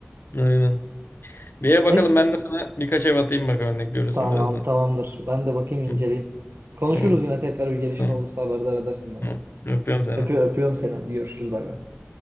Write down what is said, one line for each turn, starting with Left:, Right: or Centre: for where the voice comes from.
Left: Aynen. Bir ev bakalım
Right: Neyse.
Left: ben de sana birkaç ev atayım bak örnek görürsün
Right: Tamam,
Left: birazdan.
Right: tamamdır. Ben de bakayım inceleyeyim.
Left: Hı,
Right: Konuşuruz
Left: Tamam.
Right: yine tekrar bir gelişme
Left: Tamam.
Right: olursa haberdar edersin beni.
Left: Tamam. Öpüyorum seni.
Right: Öpüyor, öpüyorum seni. Hadi görüşürüz. Bay bay.